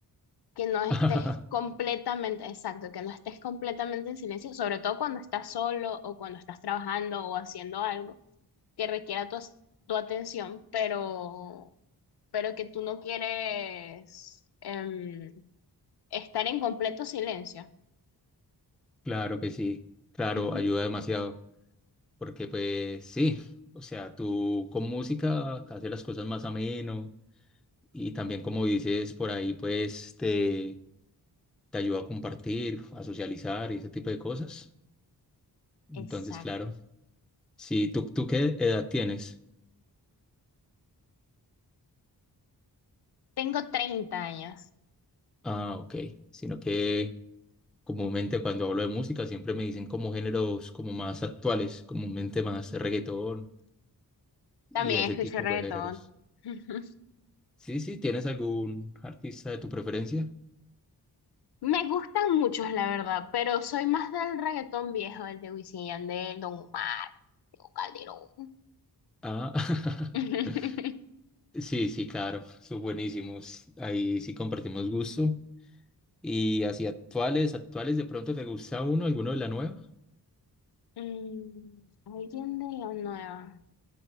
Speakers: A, on the left; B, in the centre.
A: que no estés
B: <laughs>
A: completamente, exacto, que no estés completamente en silencio, sobre todo cuando estás solo o cuando estás trabajando o haciendo algo que requiera tu, as- tu atención, pero, pero que tú no quieres em, estar en completo silencio.
B: Claro que sí, claro,
A: Ujú,
B: ayuda demasiado, porque pues sí, o sea, tú con música haces las cosas más ameno y también como dices por ahí, pues te, te ayuda a compartir, a socializar y ese tipo de cosas. Entonces,
A: Exacto.
B: claro, si tú, ¿tú qué edad tienes?
A: Tengo 30 años.
B: Ah, ok, sino que comúnmente cuando hablo de música siempre me dicen como géneros como más actuales, comúnmente más reggaetón y
A: También
B: ese
A: escucho
B: tipo
A: reggaetón.
B: de géneros.
A: <laughs>
B: Sí, sí, ¿tienes algún artista de tu preferencia?
A: Me gustan muchos, la verdad, pero soy más del reggaetón viejo, el de Wisin y Yandel, Don Omar, Tego Calderón.
B: Ah,
A: <laughs>
B: <laughs> sí, sí, claro, son buenísimos. Ahí sí compartimos gusto. Y así actuales, actuales, ¿de pronto te gusta uno, alguno de la nueva?
A: Mm, alguien de la nueva.